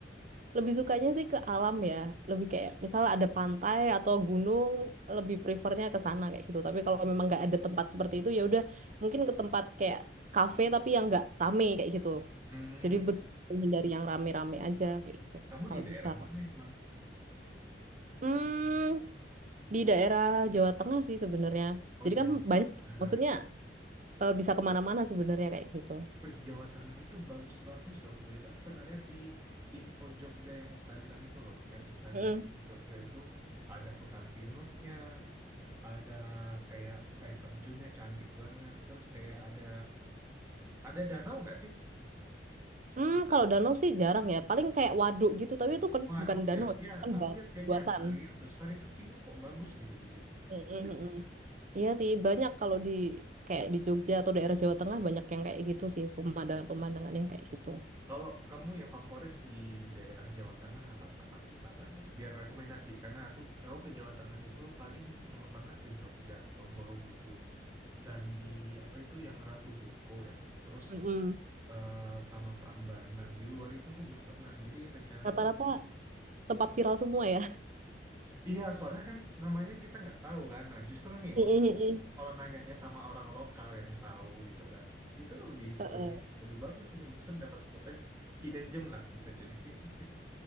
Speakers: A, on the right; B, on the right.
A: lebih sukanya sih ke alam ya. Lebih kayak misalnya ada pantai atau gunung, lebih prefernya ke sana kayak gitu. Tapi kalau memang nggak ada tempat seperti itu ya udah mungkin ke tempat kayak kafe tapi yang nggak rame kayak gitu.
B: Hmm,
A: Jadi ber- menghindari yang rame-rame aja kayak gitu.
B: kamu
A: Kalau
B: di daerah
A: bisa.
B: mana emang?
A: Hmm, di daerah Jawa Tengah sih sebenarnya.
B: Oh
A: Jadi
B: Jawa.
A: kan banyak,
B: Nah,
A: maksudnya eh, bisa kemana-mana sebenarnya kayak gitu.
B: Wih, Jawa Tengah itu bagus-bagus loh kulihat. Aku pernah lihat di Info Jogja yang Instagram itu loh. Yang Instagram
A: Mm.
B: Info Jogja itu ada hutan pinusnya, ada kayak air terjunnya cantik banget. Terus kayak ada ada danau nggak sih?
A: Hmm, kalau danau sih jarang ya. Paling kayak waduk gitu, tapi itu kan
B: Waduk
A: bukan danau,
B: ya.
A: itu
B: Ya,
A: kan
B: aku
A: buat
B: lihat kayaknya
A: buatan.
B: ada air besar itu view-nya kok bagus gitu di situ.
A: Mm, mm, mm, mm. Iya sih, banyak kalau di kayak di Jogja atau daerah Jawa Tengah banyak yang kayak gitu sih, pemandangan-pemandangan yang kayak gitu.
B: Kalau kamu yang favorit di daerah Jawa Tengah apa tempat wisatanya? Biar rekomendasi karena aku aku ke Jawa Tengah itu paling cuma pernah ke Jogja, ke Borobudur. candi apa itu yang Ratu Boko ya. Terus
A: Mm, mm.
B: eh, sama Prambanan. Di luar itu aku belum pernah. Jadi rencananya
A: Rata-rata
B: sih.
A: tempat viral semua ya.
B: Iya, soalnya kan namanya kita nggak tahu kan. Nah, justru
A: <laughs>
B: nih,
A: Mm,
B: oh,
A: mm, mm.
B: kalau nanyanya sama orang lokal yang tahu gitu kan, itu kan lebih
A: Heeh.
B: lebih lebih bagus ini. Justru dapat sesuatu yang hidden gem lah bisa jadi. <laughs>